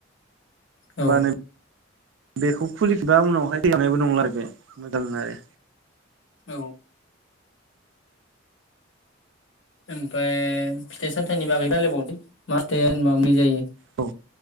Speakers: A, on the left; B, on the right.
A: औ
B: बानो बेखौ खुलिफिनबा उनावहाय थैगानायबो नंला आरो बे मोजां आरो
A: औ ओमफ्राय फिथाय सामथाइनि बागै रायलायबावनि मा फिथाइया जेनेबा मुलि जायो
B: औ